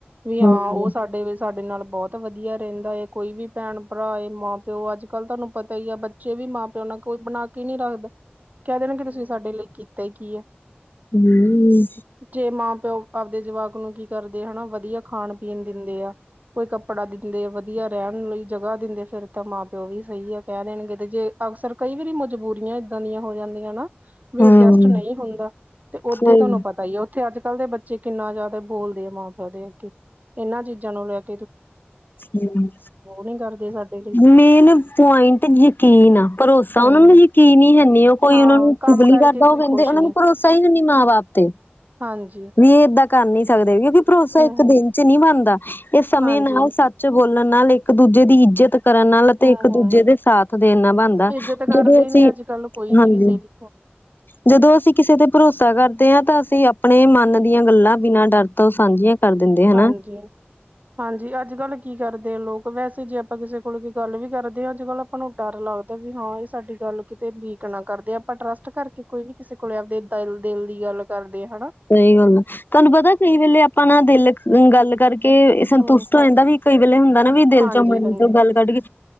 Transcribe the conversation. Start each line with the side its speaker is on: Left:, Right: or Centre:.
Right: ਵੀ ਆ,
Left: ਹਮ
Right: ਉਹ ਸਾਡੇ ਵਿੱਚ ਸਾਡੇ ਨਾਲ ਬਹੁਤ ਵਧੀਆ ਰਹਿੰਦਾ ਏ, ਕੋਈ ਵੀ ਭੈਣ ਭਰਾ ਏ, ਮਾਂ-ਪਿਓ, ਅੱਜ-ਕੱਲ ਤੁਹਾਨੂੰ ਪਤਾ ਈ ਆ, ਬੱਚੇ ਵੀ ਮਾਂ-ਪਿਓ ਨਾਲ ਕੋਈ ਬਣਾਕੇ ਨਹੀਂ ਰੱਖਦਾ। ਕਹਿ ਦੇਣਗੇ, ਕਿ ਤੁਸੀਂ ਸਾਡੇ ਲਈ ਕੀਤਾ ਈ ਕੀ ਆ?
Left: ਹੂੰ।
Right: ਜੇ ਮਾਂ-ਪਿਓ ਆਪਦੇ ਜਵਾਕ ਨੂੰ ਕੀ ਕਰਦੇ ਹਨਾ, ਵਧੀਆ ਖਾਣ-ਪੀਣ ਦਿੰਦੇ ਆ। ਕੋਈ ਕੱਪੜਾ ਦਿੰਦੇ, ਵਧੀਆ ਰਹਿਣ ਲਈ ਜਗ੍ਹਾ ਦਿੰਦੇ ਫੇਰ ਤਾਂ ਮਾਂ-ਪਿਓ ਵੀ ਸਹੀ ਆ। ਕਹਿ ਦੇਣਗੇ ਤੇ ਜੇ, ਅਕਸਰ ਕਈ ਵਾਰੀ ਮਜਬੂਰੀਆਂ ਏਦਾਂ ਦੀਆਂ ਹੋ ਜਾਂਦੀਆਂ ਨਾ ਵੀ
Left: ਹਮ
Right: ਐਡਜਸਟ ਨਹੀਂ ਹੁੰਦਾ, ਤੇ ਉੱਥੇ
Left: ਸਹੀ
Right: ਤੁਹਾਨੂੰ ਪਤਾ ਈ ਆ ਉੱਥੇ ਅੱਜ-ਕੱਲ ਦੇ ਬੱਚੇ ਕਿੰਨਾ ਜ਼ਿਆਦਾ ਬੋਲਦੇ ਆ ਮਾਂ-ਪਿਓ ਦੇ ਅੱਗੇ, ਇਹਨਾਂ ਚੀਜ਼ਾਂ ਨੂੰ ਲੈਕੇ
Left: ਹੂੰ,
Right: ਨੀ ਕਰਦੇ ਸਾਡੇ ਲਈ
Left: ਮੇਨ ਪੁਆਇੰਟ ਕੀ ਯਕੀਨ ਆ, ਭਰੋਸਾ
Right: ਹਮ
Left: ਉਹਨਾਂ ਨੂੰ ਯਕੀਨ ਹੀ ਹੈ ਨਹੀਂ, ਉਹ ਕੋਈ
Right: ਹਾਂ
Left: ਉਹਨਾਂ ਨੂੰ ਚੁਗਲੀ
Right: ਕੰਮ ਕਰਕੇ
Left: ਕਰਦਾ
Right: ਕੋਈ
Left: ਹੋਵੇ ਕਹਿੰਦੇ
Right: ਖੁਸ਼
Left: ਉਹਨਾਂ ਨੂੰ ਭਰੋਸਾ ਹੈ ਨੀ, ਮਾਂ-ਬਾਪ 'ਤੇ।
Right: ਹਾਂਜ
Left: ਵੀ ਇਹ ਏਦਾਂ ਕਰ ਨੀ ਸਕਦੇ, ਕਿਉਂਕਿ ਭਰੋਸਾ
Right: ਹਮ
Left: ਇੱਕ
Right: ਹਮ
Left: ਦਿਨ 'ਚ ਨਹੀਂ ਬਣਦਾ, ਇਹ ਸਮੇਂ
Right: ਹਾਂਜੀ
Left: ਨਾਲ ਸ 'ਚ ਬੋਲਣ ਨਾਲ ਇੱਕ-ਦੂਜੇ ਦੀ ਇੱਜਤ ਕਰਨ ਨਾਲ, ਅਤੇ
Right: ਹਮ
Left: ਇੱਕ-ਦੂਜੇ
Right: ਹਮ
Left: ਦੇ ਸਾਥ ਦੇਣ ਨਾਲ ਬਣਦਾ,
Right: ਇੱਜਤ ਕਰਦੇ
Left: ਜਦੋਂ
Right: ਹੀ
Left: ਅਸੀਂ,
Right: ਨੀ ਅੱਜ ਕੱਲ ਕੋਈ ਵੀ
Left: ਹਾਂਜੀ
Right: ਕਿਸੇ ਦੀ
Left: ਜਦੋਂ ਅਸੀਂ ਕਿਸੇ ਤੇ ਭਰੋਸਾ ਕਰਦੇ ਆਂ, ਤਾਂ ਅਸੀ ਅਪਣੇ ਮਨ ਦੀਆਂ ਗੱਲਾਂ, ਬਿਨਾਂ ਡਰ ਤੋਂ ਸਾਂਝੀਆਂ ਕਰ ਦਿੰਦੇ ਹਨਾ
Right: ਹਾਂਜੀ। ਹਾਂਜੀ, ਅੱਜ-ਕੱਲ ਕੀ ਕਰਦੇ ਆ ਲੋਕ ਵੈਸੇ ਜੇ ਆਪਾਂ ਕਿਸੇ ਕੋਲ ਕੋਈ ਗੱਲ ਵੀ ਕਰਦੇ ਆ, ਅੱਜ-ਕੱਲ ਆਪਾਂ ਨੂੰ ਡਰ ਲੱਗਦਾ ਵੀ, ਹਾਂ ਇਹ ਸਾਡੀ ਗੱਲ ਕਿਤੇ ਲੀਕ ਨਾ ਕਰਦੇ ਆਪਾਂ ਟਰੱਸਟ ਕਰਕੇ ਕੋਈ ਵੀ ਕਿਸੇ ਕੋਲ ਆਪਦੇ ਦਿਲ, ਦਿਲ ਦੀ ਗੱਲ ਕਰਦੇ ਹਣਾ।
Left: ਸਹੀ ਗੱਲ ਆ, ਤੁਹਾਨੂੰ ਪਤਾ ਕਈ ਵੇਲੇ ਆਪਾਂ ਨਾ ਦਿਲ ਅ ਗੱਲ ਕਰਕੇ, ਸੰਤੁਸ਼ਟ
Right: ਹਮ
Left: ਹੋ ਜਾਂਦਾ ਵੀ ਕਈ ਵੇਲੇ ਹੁੰਦਾ ਨਾ ਵੀ ਦਿਲ
Right: ਹਾਂਜੀ
Left: ਚੋਂ ਮਨ‌
Right: ਹਾਂਜੀ
Left: ਚੋਂ ਗੱਲ ਕੱਢ ਕੇ